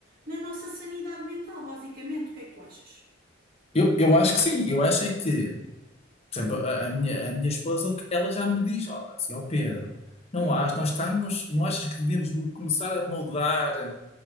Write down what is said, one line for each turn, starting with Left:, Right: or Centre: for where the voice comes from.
Right: na nossa sanidade mental, basicamente. O que é que tu achas?
Left: Eu, eu acho que sim. Eu acho é que, por exemplo, a, a minha, a minha esposa, o que- ela já me diz, ó, assim, ó Pedro, não
Right: Hum,
Left: acho, nós estamos, não achas que devíamos mu- começar a mudar